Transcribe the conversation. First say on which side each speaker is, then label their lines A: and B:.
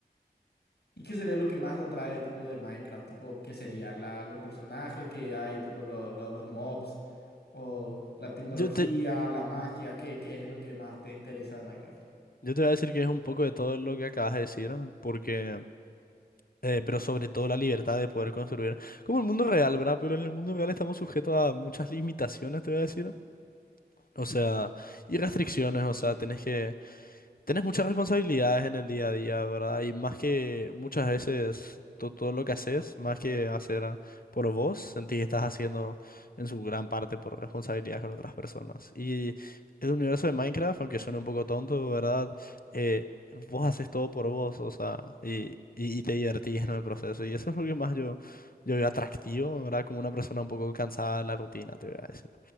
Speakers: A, on the left; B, on the left.
A: ¿Y qué sería lo que más te atrae tipo de Minecraft? Tipo, ¿qué sería la, los personajes que hay, tipo lo- lo- los mobs, o la tecnología,
B: Yo te,
A: la magia? ¿Qué, qué es lo que más te interesa de Minecraft?
B: yo te voy a decir que es un poco de todo lo que acabas de decir, porque... eh, pero sobre todo la libertad de poder construir. Como el mundo real, ¿verdad? Pero en el mundo real estamos sujetos a muchas limitaciones, te voy a decir. O sea, y restricciones, o sea, tenés que... Tenés muchas responsabilidades en el día a día, ¿verdad? Y más que muchas veces to- todo lo que haces, más que hacer a- por vos, sentís que estás haciendo en su gran parte por responsabilidad con otras personas. Y el universo de Minecraft, aunque suene un poco tonto, ¿verdad? Eh, vos haces todo por vos, o sea, y, y, y te divertís en el proceso. Y eso es lo que más yo, yo veo atractivo, ¿verdad? Como una persona un poco cansada de la rutina, te voy a decir.